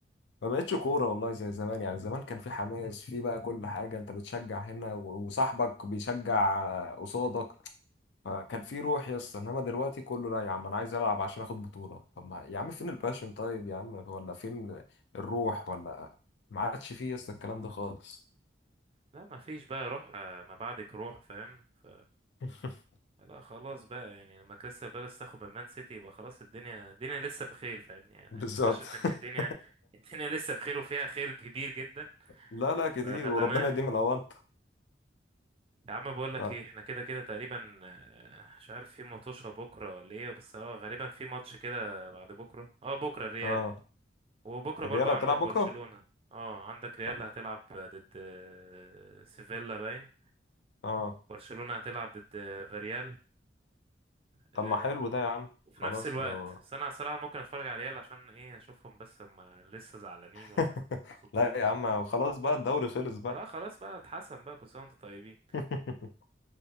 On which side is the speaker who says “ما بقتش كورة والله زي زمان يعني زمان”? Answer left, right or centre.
Left